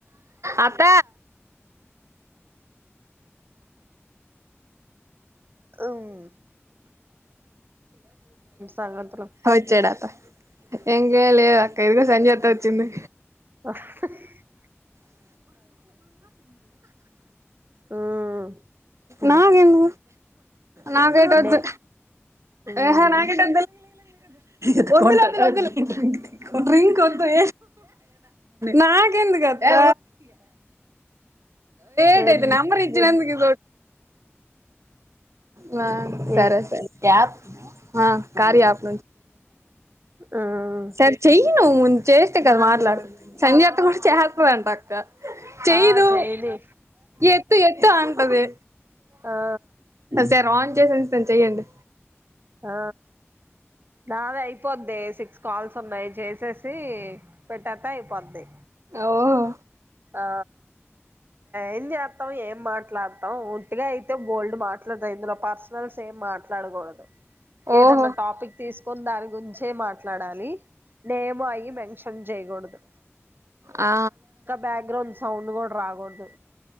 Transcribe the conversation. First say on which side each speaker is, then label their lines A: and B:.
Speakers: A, on the right; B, on the right.
A: అత్త
B: అమ్ సంగతులు
A: వచ్చేడట ఏజాయలే అక్క ఇదిగో సంధ్య అత్త వొచ్చింది
B: వహ్
A: <inaudible>
B: ఉమ్
A: నాకెంద్ నాకు అయితే వద్దు
B: నే ఉమ్
A: ఏహా నాక్ తే వొద్దు డ్రింక్ వొదే నాకెందుకు అత్త ఎటైతే
B: ఏంది
A: నంబర్ ఇచ్చినందుకి హ సరే
B: ఏ
A: సరే యాప్ అ కార్య యాప్
B: ఉమ్
A: సర్ చెయ్యు నువ్వు చేస్తే కదా మాట్లాడు సంజత్ క చేస్తాదంట అక్క చెయదు
B: ఆ చెయ్యని
A: ఎత్తు ఎత్తు ఆంటది
B: ఆ
A: సార్ ఆన్ చేసిఉంచుతాను చెయ్యండి
B: ఆ నాది అయిపోద్దే సిక్స్ కాల్స్ ఉన్నాయి చేసేసి పెట్టత్తే అయిపోద్ది
A: యావరు
B: ఆ ఏం చేత్తమ్ ఏం మాట్లాడతాం ఉట్టిగ అయితే బోల్డు మాట్లాడతాం ఇందులో పర్సనల్స్ ఎం మాట్లాడగుడదు ఏదన్నా
A: ఓహో
B: టాపిక్ తీసుకొన్ దాని గురించే మాట్లాడాలి నేమ్ అయి మెన్షన్ జయకూడదు
A: ఆ
B: బ్యాక్‌గ్రౌండ్ సౌండ్ కూడా రాకూడదు